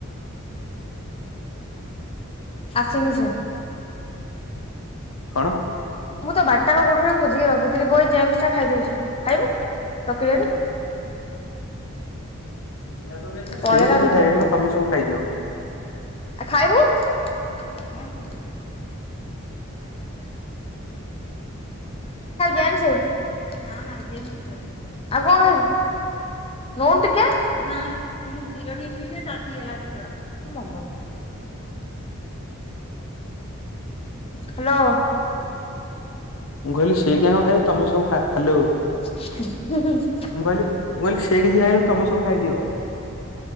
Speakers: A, on the left; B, on the left.
A: ଆସିନିି ସେ।
B: କଣ?
A: ମୁଁ ତ ବାରଟା କୋଉଠିରେ ଖୋଜିକି ରଖିଥିଲି ବୋଉ ଜେମସଟା ଖାଇଦଉଚି, ଖାଇବୁ ଚକିଲେଟ୍?
B: <inaudible>
A: କଣ ହେଲା
B: କିଛି
A: ସେ ପୁଅ
B: ଖାଇବେନି ମ ତମେ ସବୁ ଖାଇଦିଅ।
A: ଖାଇବୁ। <inaudible> ଚକିଲେଟ୍ ଖାଇବୁ ଜେମସ। ଆଉ କଣ ଖାଇବୁ ନଉନୁ ଟିକେ ତୁମେ କ୍ଷୀର ଟିକେ ପିଇଲେ ତାତିଗଲା କ୍ଷୀରଟା <inaudible> ହାଲୋ।
B: ମୁଁ କହିଲି ସେଇ ଜ୍ଞା ଖାଇବ ତମେ ସବୁ ଖା ହାଲୋ।
A: <inaudible>
B: ମୁଁ କହିଲି ମୁ କହିଲି ସେ କିଛି ଖାଇବେନି ତମେ ସବୁ ଖାଇଦିଅ।